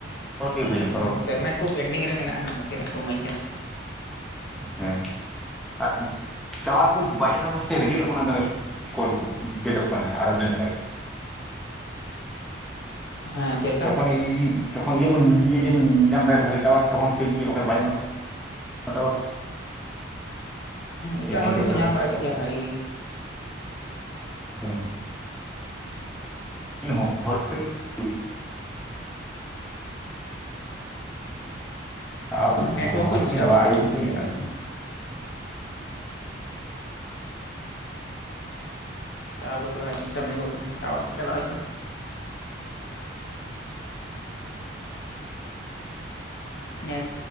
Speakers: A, in the centre; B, on the left.
A: ᱯᱚᱱᱨᱚᱴᱤ ᱦᱩᱭᱱᱟ ᱯᱚᱱᱨᱚᱴᱤ
B: ᱩᱸ ᱯᱮᱨᱢᱮᱱᱴ ᱠᱚ ᱯᱮᱱᱰᱤᱝ ᱨᱮ ᱢᱮᱱᱟᱜᱼᱟ, ᱱᱟᱪᱮᱱᱟᱜ ᱠᱚ ᱤᱢᱟᱹᱧ ᱠᱟᱱᱟ᱾
A: ᱦᱮᱸ ᱟᱨ ᱴᱟᱣᱟᱨ ᱠᱚ ᱵᱟᱭ ᱧᱟᱢᱮᱫᱟ ᱥᱮ ᱨᱮᱸᱡᱮᱴᱚᱜ ᱠᱟᱱᱟ ᱫᱚᱢᱮ ᱠᱚᱞ ᱠᱚ ᱜᱮᱫᱚᱜ ᱠᱟᱱᱟ ᱟᱫᱚ ᱡᱟᱹᱱᱤᱡ ᱠᱷᱟᱡ
B: ᱦᱮᱸ ᱪᱮᱫ ᱞᱮᱠᱟ
A: ᱛᱚᱠᱷᱚ ᱭᱤᱼᱭᱤ ᱛᱚᱠᱷᱚᱱ ᱤᱭᱟᱹᱵᱚᱱ ᱭᱟᱹᱼᱭᱟᱹᱧ ᱧᱟᱢ ᱫᱟᱭ ᱵᱷᱟᱹᱜᱤ ᱴᱟᱣᱟᱨ ᱛᱚᱠᱷᱚᱱ ᱴᱷᱤᱠ ᱜᱮ ᱵᱟᱠᱷᱟᱡ ᱵᱟᱭ ᱧᱟᱢ ᱴᱟᱣᱟᱨ
B: ᱮᱴᱟᱜ
A: <unintelligible>
B: ᱦᱚᱲ ᱫᱚᱠᱚ ᱧᱟᱢ ᱵᱟᱲᱟ ᱠᱮᱫ ᱜᱮᱭᱟ ᱵᱷᱟᱜᱤ ᱜᱮ
A: ᱦᱚᱸ ᱤᱧ ᱦᱚᱸ <unintelligible> ᱟᱜ
B: ᱱᱮᱴᱣᱟᱨᱠ ᱠᱚ
A: ᱦᱚᱲ
B: ᱰᱤᱥᱴᱟᱵᱚᱜ
A: ᱛᱤᱱᱟᱹᱜ ᱟ-ᱟᱭᱰᱤ
B: ᱠᱟᱱᱟ ᱴᱟᱣᱟᱨ ᱥᱮᱫ
A: ᱠᱚ ᱡᱟᱥᱛᱤᱭ
B: ᱪᱟᱞᱟᱜ
A: ᱮᱫᱟ᱾
B: ᱠᱟᱱᱟ ᱦᱟᱸᱜ᱾ ᱴᱟᱣᱟᱨ ᱠᱚ ᱛᱷᱚᱲᱟ ᱰᱤᱥᱴᱟᱯ ᱧᱚᱜᱚᱜ ᱠᱟᱱᱟ ᱴᱟᱣᱟᱨ ᱥᱮᱜ ᱪᱟᱞᱟᱜ ᱦᱩᱭᱩᱜᱼᱟ᱾ ᱱᱮᱥ